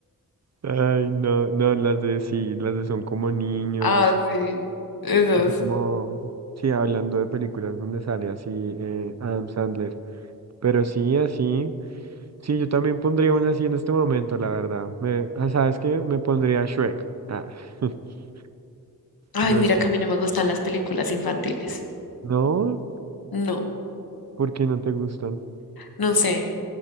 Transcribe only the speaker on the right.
Ay, no, no, las de sí, las de son como niños,
así como, sí, hablando de películas donde sale así eh, Adam Sandler, pero sí, así, sí, yo también pondría una así en este momento, la verdad, me, ah, ¿sabes qué? Me pondría Shrek, ah, <laughs> Shrek,
no,
¿por qué no te gustan?